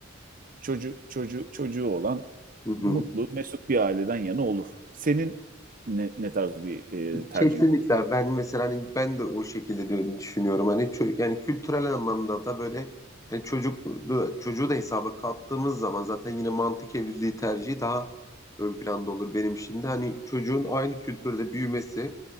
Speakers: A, on the right; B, on the left.
A: çocuğu çocu, çocuğu olan
B: Hı hı.
A: mutlu, mesut bir aileden yana olur. Senin ne, ne tarz bir e, tercihin
B: Kesinlikle
A: olur?
B: ben mesela hani ben de o şekilde diyor- düşünüyorum hani çö- yani kültürel anlamda da böyle yani çocuk çocuğu da hesaba kattığımız zaman zaten yine mantık evliliği tercihi daha ön planda olur benim için de hani çocuğun aynı kültürde büyümesi